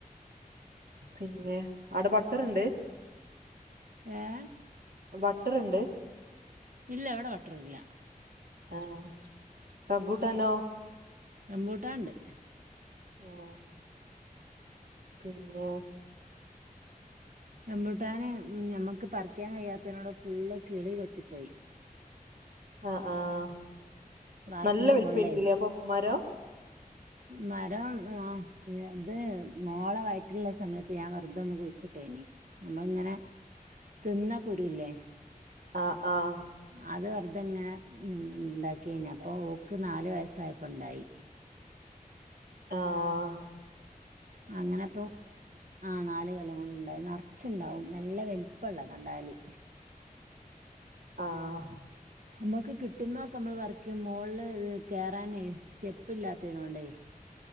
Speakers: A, on the right; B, on the right.
A: പിന്നേ അവടെ ബട്ടറ്ണ്ട്?
B: ഏഹ
A: ബട്ടറ്ണ്ട്?
B: ഇല്ല ഇവടെ ബട്ടറില്ല
A: ആഹ് റംബൂട്ടാനോ?
B: റമ്പൂട്ടാണ്ട്.
A: ആഹ്. പിന്നെ?
B: റംബൂട്ടാന് ഞമ്മക്ക് പറിക്കാൻ കഴിയാത്തേനോട് ഫുള്ള് കിളി കൊത്തിപ്പോയി.
A: ആ ആഹ്
B: വാർപ്പിന്റെ
A: നല്ല വലിപ്പേരിക്കുലേ
B: മോളിലേ
A: അപ്പൊ മരം?
B: മരം ആ ഇത് മോള വയററില്ള്ള സമയത്ത് ഞാ വെറുതൊന്ന് കുഴിച്ചിട്ടേനി ഞമ്മള്ങ്ങനെ തിന്ന കുരുല്ലേ
A: ആഹ് ആഹ്
B: അത് വെറുതെങ്ങനെണ്ടാക്കിയേനി അപ്പൊ ഓക്ക് നാലു വയസായപ്പോണ്ടായി
A: ആഹ്
B: അങ്ങനെപ്പൊ ആഹ് നാല് കൊല്ലം കൊണ്ട്ണ്ടായി നർച്ചുണ്ടാവും നല്ല വലുപ്പള്ളതാണ്ടാവല്
A: ആഹ്
B: അമ്മക്ക് കിട്ടുന്നതൊക്കെ അമ്മള് പറിക്കും മോളില് ഇത് കേറാനേ സ്റ്റെപ്പ്ല്ലാത്തേനോണ്ടേ